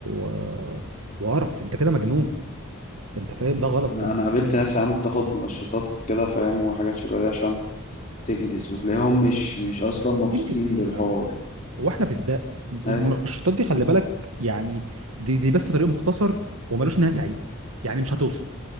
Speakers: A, on the right; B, on the left.
A: و... وقرف أنت كده مجنون أنت فاهم ده غلط
B: انا انا قابلت ناس يا عم بتاخد منشطات كده فاهم وحاجات شبه دي عشان تنجز وتلاقيهم مش مش اصلا مبسوطين
A: تنجز ايه
B: بالحوار
A: يا عم هو احنا في سباق
B: ايوه
A: المنشطات دي خلي بالك يعني دي دي بس طريق مختصر وملوش نهايه سعيده يعني مش هتوصل